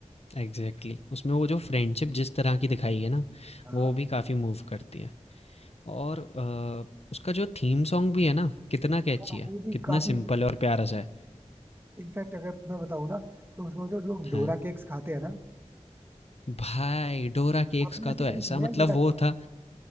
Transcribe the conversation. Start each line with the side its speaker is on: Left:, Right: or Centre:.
Left: Exactly exactly. उसमें वो जो फ्रेंडशिप जिस तरह की दिखाई है ना
Right: हाँ
Left: वो भी काफ़ी मूव करती है और अ, उसका जो थीम सॉन्ग भी है ना कितना कैची
Right: हाँ,
Left: है
Right: वो भी
Left: कितना
Right: काफी
Left: सिंपल और प्यारा सा है
Right: इनफैक्ट अगर मैं बताऊँ ना तो उसमें जो लोग डोरा
Left: हाँ
Right: केक्स खाते हैं ना
Left: भाई डोरा केक्स
Right: आपने
Left: का
Right: ऐसे
Left: तो ऐसा
Right: कभी खाया
Left: मतलब
Right: है डोरा
Left: वो
Right: केक
Left: था